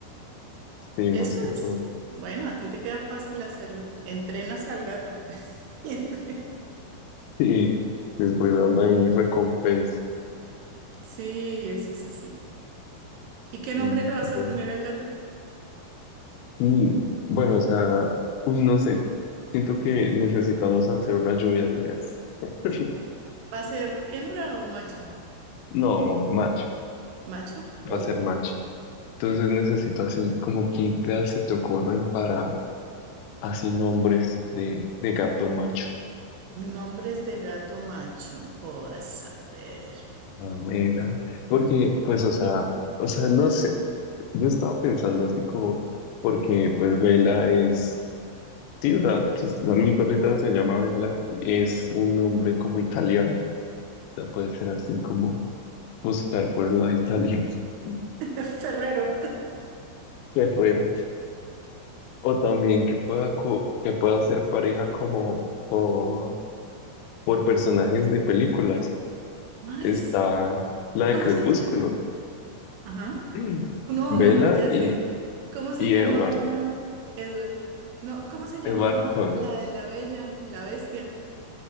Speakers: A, on the left; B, on the right.
A: Sí, más
B: Eso
A: que todo.
B: es. Bueno, a ti te queda fácil hacerlo. Entrenas al gato. <laughs> Y entre-
A: Sí, les voy dando ahí recompensa.
B: Sí, eso es así. ¿Y qué nombre
A: Y
B: le vas
A: bueno,
B: a poner al gato?
A: y bueno, o sea, uy, no sé. Siento que necesitamos hacer una lluvia de ideas. <laughs>
B: ¿Va a ser hembra o macho?
A: No, match,
B: ¿Macho? Oh,
A: va a ser match. Entonces necesito así como qué ideas se te ocurren para así nombres de, de gato macho.
B: nombres de gato macho. Puedo saber.
A: A ver, a- porque pues o sea, o sea, no sé, yo estaba pensando así como, porque pues Vela es, sí, o sea, pues, la- mi perrita se llama Vela, es un nombre como italiano, o sea, puede ser así como buscar por el lado italiano, <laughs>
B: Es Ferrero.
A: guerrero, o también que pueda, co- que pueda ser pareja como por, por personajes de películas.
B: Ay,
A: está
B: sí.
A: la
B: ¿Cómo
A: de Crepúsculo,
B: se llama? Ajá.
A: <laughs>
B: No,
A: Bella
B: no, no, ya
A: y,
B: sé. ¿Cómo se
A: y
B: llamaba,
A: Edward,
B: Edward? No, ¿cómo se llamaba
A: Edward Cullen,
B: la de la bella, la bestia?